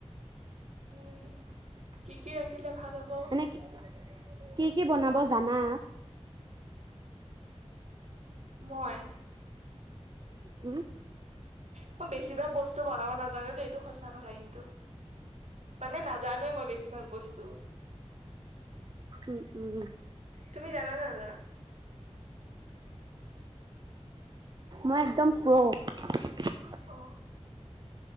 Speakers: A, on the right; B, on the right.
A: উম, কি-কি ৰাখিলে। ভাল হ'ব
B: মানে কি। কি-কি বনাব জানা।
A: মই।
B: উম।
A: মই বেছিভাগ বস্তু বনাব নাজানো দেই। এইটো সঁচা। কথা কিন্তু মানে নাজানোৱে মই বেছিভাগ বস্তু
B: উম উম
A: তুমি জানা নে নাজানা।
B: মই একদম প্ৰও। <unintelligible>
A: অহ।